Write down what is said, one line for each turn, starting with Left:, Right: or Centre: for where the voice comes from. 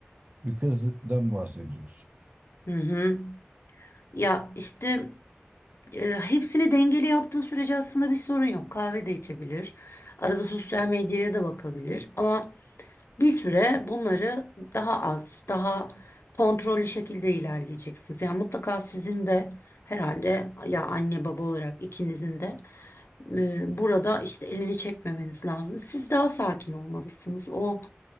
Right: bir kızdan bahsediyoruz.
Left: Hı hı. Ya işte E, hepsini dengeli yaptığı sürece aslında bir sorun yok. Kahve de içebilir. Arada sosyal medyaya da bakabilir. Ama bir süre bunları daha az, daha kontrollü şekilde ilerleyeceksiniz. Yani mutlaka sizin de herhalde ya anne baba olarak ikinizin de e, burada işte elini çekmemeniz lazım. Siz daha sakin olmalısınız. O